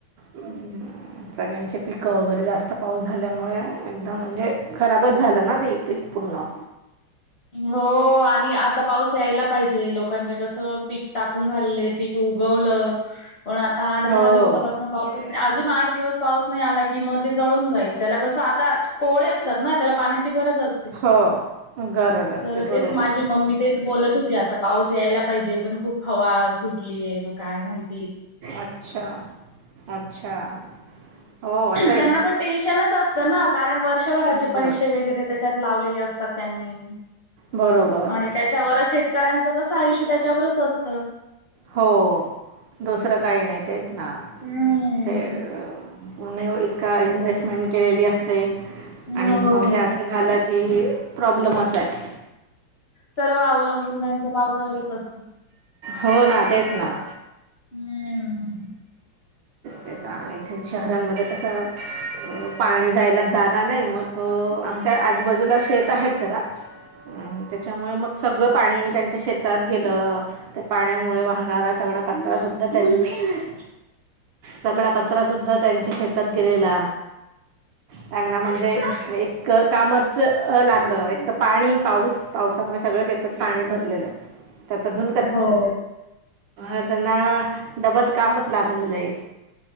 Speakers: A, on the right; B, on the left.
A: अ ह <unintelligible> सगळ्यांचे पीक वगैरे जास्त पाऊस झाल्यामुळे एकदम म्हणजे खराबच झाला ना ते पीक पूर्ण
B: हो आणि आता पाऊस यायला पाहिजे, लोकांचे कस पीक टाकून झालं. पिक उगवलं. पण आता आठ,
A: हो,
B: दहा दिवसापासून पाऊसच अजून आठ दिवस पाऊस नाही आला कि मग ते जळून जाईल, त्याला कसं आता कोळे असतात ना. त्याला पाण्याची गरज असते.
A: हो. गरज असते
B: तर
A: बरोबर.
B: तेच, माझी मम्मी तेच बोलत होती. आता पाऊस यायला पाहिजेऋ पण खूप हवा सुटलीये. मग काय माहित.
A: अच्छा, अच्छा. हो असं एक
B: त्यांना पण टेन्शनच असत ना. कारण वर्षभराचे
A: बरं.
B: पैसे वगैरे त्याच्यात लावलेले असता. तात त्यांनी.
A: बरोबर.
B: आणि त्याच्यावरच शेतकऱ्यांच कस, आयुष्य त्याच्यावरच असत.
A: हो, दुसरं काही नाही. तेच ना.
B: हम्म
A: ते नही ओ. इतका इन्व्हेस्टमेंट केलेली असते. आणि
B: हो.
A: मग हे असं झालं हेही प्रॉब्लेमच आहे.
B: सर्व अवलंबून त्यांचं, पावसावरच असतं.
A: हो ना. तेच ना.
B: हम्म
A: त्याचा, इथे शहरांमध्ये कसं, पाणी जायला जागा नाही, मग आमच्या आजूबाजूला शेत आहेत जरा हम्म. त्याच्यामुळे मग सगळं पाणी त्यांच्या शेतात गेलं. ते पाण्यामुळे वाहणारला सगळा कचरा सुद्धा त्यां सगळा कचरा सुद्धा, त्यांच्या शेतात गेलेला. त्यांना म्हण म्हे
B: अच्छा
A: एक <unintelligible> कामच लागलं. एक त पाणी पाऊस. पाउसामुळे सगळं शेतात पाणी भरलेलं. त्यात जूल
B: हो.
A: अ त्यांना, डबल कामच लागलेलंय.